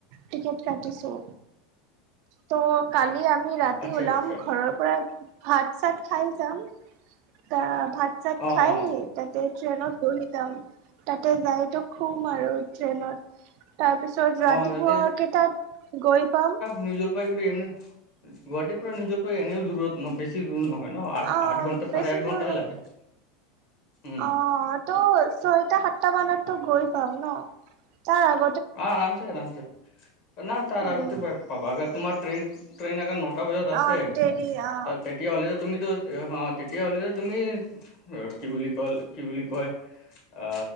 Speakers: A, on the right; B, on the left.
A: টিকেট কাটিছোঁ। ত' কালি আমি ৰাতি
B: আচ্ছা
A: ওলাম
B: আচ্ছা
A: ঘৰৰ পৰা ভাত চাত খাই যাম, ত' ভাত চাত
B: অ
A: খাই
B: অ
A: তাতে ট্ৰেইনত বহি যাম, তাতে যাইতো শুম আৰু ট্ৰেইনত তাৰ পিছত ৰাতিপুৱা
B: অ তাতে
A: কেইটাত গৈ পাম?
B: নিউজৰ পৰা‌ ঘূৰি আহিম, গুৱাহাটীৰ পৰা নিজৰ প এনেও দূৰত ন বেছি দুৰ নহয় ন? আঠ
A: অ
B: আঠ ঘণ্টা
A: বেছি
B: চাৰে আঠ
A: দূৰ
B: ঘণ্টাই
A: নহয়
B: লাগে। উম
A: অ' তো ছয়টা সাতটা মানতটো গৈ পাম ন, তাৰ আগত
B: অ' আৰামছে আৰামছে ন তাৰ
A: উম
B: আগতে পাই পাব তোমাক ট্ৰেইন, ট্ৰেইন আগাৰ নটা বজাত আছে
A: অ দেৰি অ
B: ত তেতিয়া হ'লেটো তুমিতো হ' তেতিয়া হ'লে তুমি কি বুলি কয়, কি বুলি কয় আ